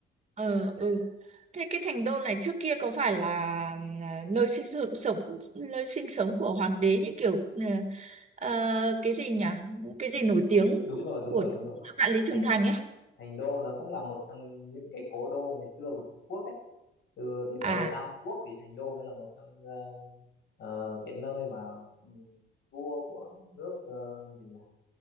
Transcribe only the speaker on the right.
Ờ, ừ. Thế cái thành đô này trước kia có phải là à, nơi sinh sống sống- nơi sinh sống của hoàng đế như kiểu ờ, ờ, cái gì nhỉ? Cái gì nổi tiếng
của
vạn Lý Trường
Thành ấy?
À,